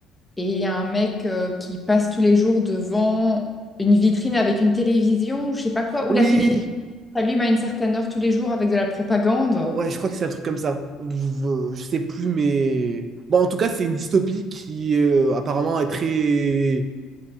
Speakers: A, in the centre; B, on the right.
A: Et il y a un mec euh, qui passe tous les jours devant une vitrine avec une télévision ou je sais pas quoi, où
B: Oui,
A: la télévision s'allume à une certaine heure tous les jours avec de la propagande.
B: ouais, je crois que c'est un truc comme ça. Je, je sais plus, mais... Bon, en tout cas, c'est une dystopie qui euh, apparemment est très...